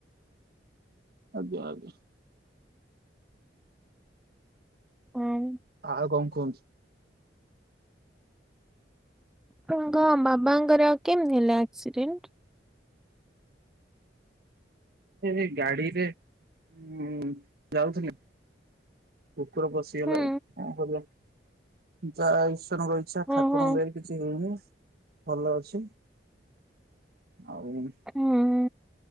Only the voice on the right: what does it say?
ଆଜ୍ଞା ଆଜ୍ଞା।
ଆଉ କଣ କୁହନ୍ତୁ?
ଏ ଗାଡ଼ିରେ ଉ ଯାଉଥିଲେ। କୁକୁର ପଶିଗଲା
ଆଉ କଣ କରିବା ଯାହା ଈଶ୍ୱରଙ୍କ ଇଚ୍ଛା ଠାକୁରଙ୍କ
ଦୟାରୁ। କିଛି ହଉନି ଭଲ ଅଛି ଆଉ।